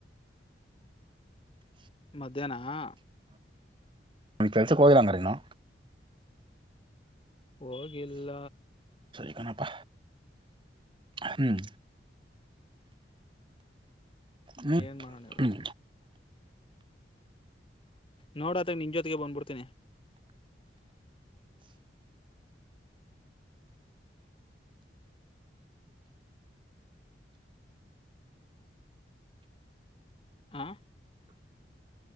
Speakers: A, on the left; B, on the right.
A: ಮಧ್ಯಾಹ್ನ ಆ
B: ನಿ ಕೆಲಸಕ್ಕೆ ಹೋಗಿಲ್ಲ ಅಂಗಾರೆ ನೀನು.
A: ಹೋಗಿಲ್ಲ.
B: <unintelligible> ಕನಪ್ಪ ಹ್ಮ್. ಹ್ಮ್
A: ಏನ್ ಮಾಡೋಣ ಹೆಳು.
B: ಹ್ಮ್
A: ನೋಡತಾ ನಿನ್ ಜೊತೆಗೆ ಬಂದ್ಬಿಡ್ತೇನಿ. ಹಾ